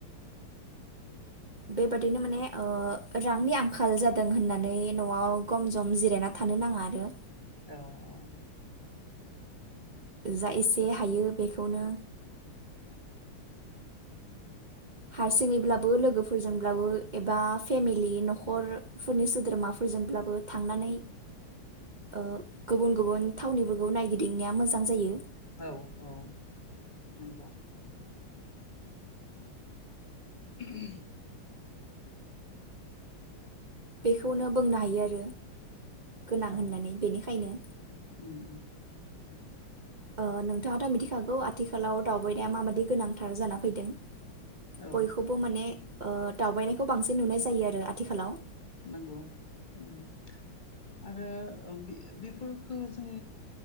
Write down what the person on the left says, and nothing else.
औ औ
औ औ नंगौ <inaudible>
औ
उम
औ
नंगौ ओम आरो बे-बेफोरफोरखौ जों